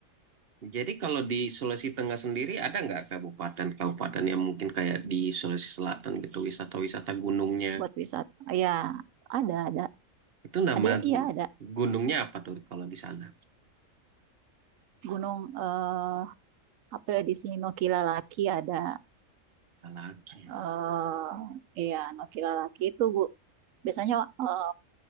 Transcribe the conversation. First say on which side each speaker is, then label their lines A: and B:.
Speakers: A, on the right; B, on the right.
A: Jadi kalau di Sulawesi Tengah sendiri ada nggak kabupaten-kabupaten yang mungkin kayak di Sulawesi Selatan gitu, wisata-wisata gunungnya
B: buat wisata. Ya, ada, ada,
A: Itu nama
B: ada, iya ada.
A: gunungnya apa tuh kalau di sana?
B: Gunung eh apa ya di sini Nokilalaki ada
A: Laki.
B: eh iya Nokilalaki itu Bu. Biasanya eh,